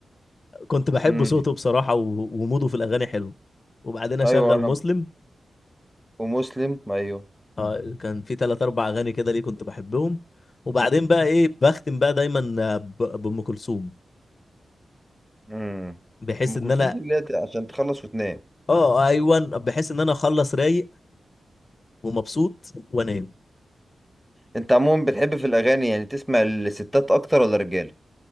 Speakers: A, on the left; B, in the centre.
A: كنت بحب
B: امم
A: صوته بصراحه و- وموده في الاغاني حلو وبعدين اشغل
B: ايوه انا
A: مسلم
B: ومسلم ايوه
A: اه كان في ثلاث اربع اغاني كده ليه كنت بحبهم وبعدين بقى ايه بختم بقى دايما آه، ب- بام كلثوم
B: امم
A: بحيث
B: ام
A: ان
B: كلثوم
A: انا
B: دي اللي هي عشان تخلص وتنام
A: اه آه، ايوه بحيث ان انا اخلص رايق ومبسوط وانام
B: انت عموما بتحب في الاغاني يعني تسمع الستات اكتر ولا الرجاله